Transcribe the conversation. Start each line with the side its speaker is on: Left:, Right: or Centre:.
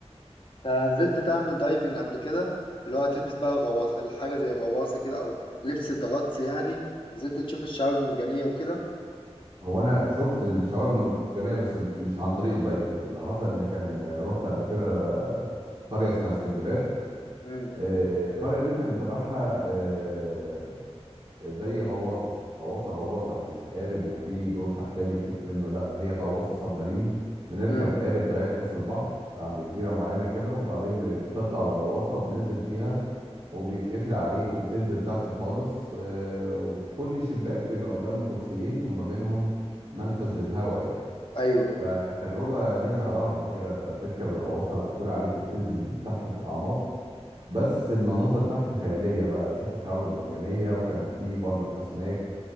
Left: أنا نزلت تعمل دايفنج قبل كده اللي هو تلبس بقى الغواص الحاجة زي غواصة كده أو لبس الغطس يعني ونزلت تشوف الشعاب المرجانية وكده
Right: هو انا شفت الشعاب المرجانيه بس مش عن طريق الدايفنج اللي حصل ان كان آه، رحت قبل كده قريه اسمها سندباد
Left: امم
Right: آه، القرية دي كان تبعها آه، زي غواصة غواصة غواصة مش قارب وفي دور تحتاني تشوف منه لا هي غواصة سب مارين بنركب
Left: امم
Right: قارب لغاية نص البحر عند جزيرة معينة كده وبعدين ب- بتطلع الغواصة بننزل فيها وبيتقفل عليك وبتنزل تحت خالص آه، وكل شباك بيبقى قدامه كرسيين وما بينهم منفذ للهواء يعني
Left: أيوه
Right: فكانت تجربة ليها رهبة كده انت بتركب الغواصة مقفولة عليك وبتنزل بيك تحت في الأعماق بس المناظر تحت خيالية بقى تشوف الشعاب المرجانية وكان في برضو الأسماك